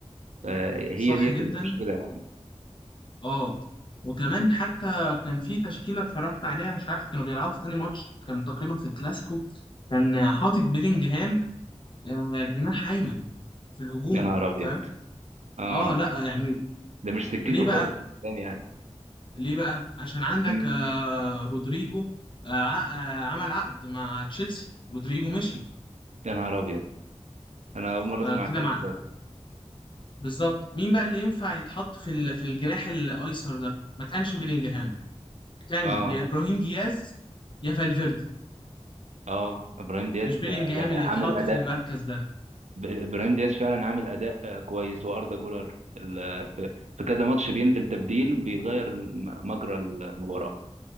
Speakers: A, on the right; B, on the left.
A: فهي
B: صح
A: ديت
B: جدا
A: المشكله يعني
B: اه وكمان حتى كان في تشكيله اتفرجت عليها مش عارف كانوا بيلعبوا في انهي ماتش كان تقريبا في الكلاسيكو كان حاطط بيلينجهام آه، جناح ايمن في الهجوم
A: يا نهار ابيض
B: فاهم
A: اه
B: اه لا يعني
A: ده مش سكته
B: ليه بقى
A: خالص بالكلام يعني
B: ليه بقى؟ عشان عندك
A: مم.
B: آه، رودريجو آه، ع- آه، عمل عقد مع تشيلسي رودريجو مشي
A: يا نهار ابيض انا اول مره
B: فكده
A: اسمع الكلام
B: مع
A: ده
B: بالظبط مين بقى اللي ينفع يتحط في ال- في الجناح الايسر ده؟ ما كانش بيلينجهام كان
A: اه
B: يا ابراهيم دياز يا فالفيردي
A: اه ابراهيم دياز
B: مش بيلينجهام
A: ك- يعني
B: اللي
A: عامل
B: يتحط
A: اداء
B: في المركز ده
A: ب- ابراهيم دياز فعلا عامل اداء آه، كويس واردا جولر ال- في في كذا ماتش بينزل تبديل بيغير الم- مجرى المباراه